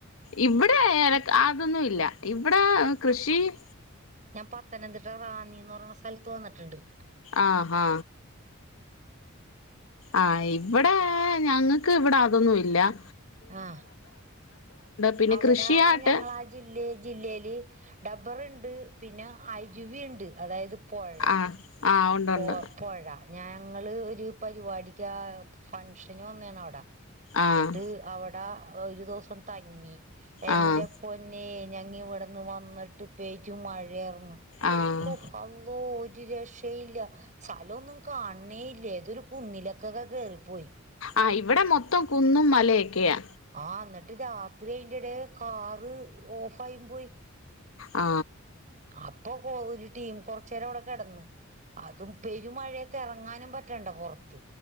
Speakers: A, on the left; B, on the right.
A: ഇവിടെ എലക്ക് അതൊന്നും ഇൽ ഇല്ല- ഇവ്ടെ കൃഷി-
B: ഞാ പത്തനംതിട്ട റാന്നിന്ന് പറയുന്ന സൽത്ത് വന്നിട്ട്ണ്ട്-
A: ആ ഹാ- ആ ഇവ്വടേ ഞങ്ങക്ക് ഇവ്ടെ അതൊന്നൂല്ല-
B: ആ
A: പിന്നെ
B: അവടാ
A: കൃഷിയായിട്ട്
B: ഞങ്ങളാ ജില്ലെ ജില്ലേല് ഡബർൺ ണ്ട് പിന്നെ അരുവിണ്ട് അതായത്- പൊഴ-
A: ആഹ് ആഹ് ഉണ്ട്
B: പോ
A: ഉണ്ട്
B: പൊഴ ഞാൻ- ഞങ്ങള് ഒരു പരിപാടിക്കാ ഫങ്ഷന് വന്നേണവിട-
A: ആഹ്
B: ന്നിട്ട് അവട് ആ ഒരു ദുവസം തങ്ങി- എന്റെ
A: ആഹ്
B: പൊന്നേ ഞാ ങ്ങി ഇവിടുന്ന് വന്നിട്ട് പെര്മഴയ- ഉം
A: ആഹ്
B: ഹു അള്ളോയ് ജിജേഷ് ഹേയ് ഇല്ല സ്ഥലോന്നും കാണണേ ഇല്ല ഏതൊരു കുന്നിലൊക്കൊക്കെ കേറിപ്പോയി.
A: ആ ഇവിടെ മൊത്തം കുന്നും മലയൊക്കെയാ.
B: ആ എന്നിട്ട് രാത്രി ഇതിന്റെടെ കാറ് ഓഫ് ആയി പോയി.
A: ആ
B: അപ്പോ കൊ ഒരു ടീം കൊറച്ച നേരം അവിടെ കെടന്ന്, അതും പെരുമഴയത്ത് എറങ്ങാനും പറ്റണ്ട പൊറത് ത്